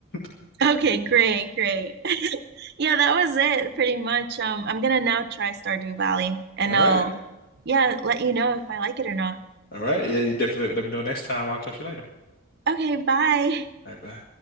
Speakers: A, on the left (about 45°); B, on the right (about 50°).
A: <laughs>
B: Okay, great, great. <laughs> Yeah, that was it pretty much. Um, I'm gonna now try Stardew Valley and
A: All right,
B: I'll, yeah, let you know if I like it or not.
A: all right, yeah, you definitely let me know next time. I'll talk to you later.
B: Okay, bye. <laughs>
A: All right, bye.